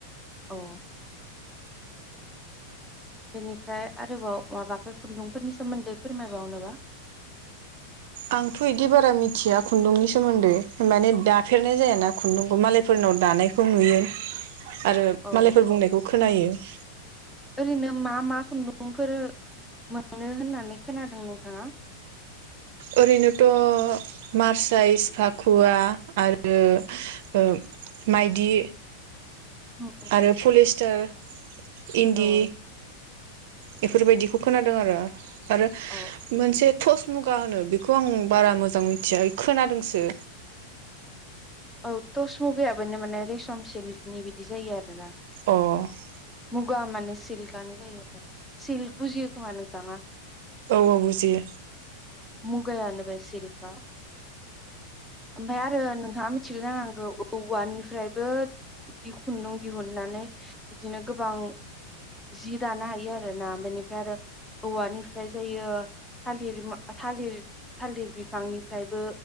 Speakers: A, in the centre; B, on the right.
A: औ बेनिफ्राय आरोबाव माबाफोर खुन्दुंफोरनि सोमोन्दै फोरमायबावनोबा
B: आंथ' इदि बारा मिथिया खुन्दुंनि सोमोन्दै माने दाफेरनाय जायाना खुन्दुंखौ मालायफोरनाव दानायखौ नुयो। आरो
A: औ
B: मालायफोर बुंनायखौ खोनायो। <inaudible>
A: ओरैनो मा मा खुन्दुंफोर मोनो होननानै खोनादों नोंथाङा?
B: ओरैनोथ' मारसाइस फाखुवा आरो ओ माइदि।
A: औ
B: आरो पलिस्टार इन्दि
A: औ
B: बेफोरबायदिखौ खोनादों आरो आरो
A: औ
B: मोनसे थस मुगा होनो बेखौ आं बारा मोजां मिथिया खोनादोंसो।
A: औ तस मुगायाबो माने रेसम सिलकनि बिदि जायो आरो।
B: अ औ
A: मुगा माने सिलकानो जायो। सिलक बुजियो खोमा नोंथाङा
B: औ औ बुजियो
A: मु गगानो बे सिलखा ओमफ्राय आरो नोंथाङा मि जानांगौ औवानिफ्रायबो खुन्दुं दिहुननानै बिदिनो गोबां जि दानो हायो आरो ना बेनिफ्राय आरो औवानिफ्राय जायो थालिर थालिर थालिर बिफांनिफ्रायबो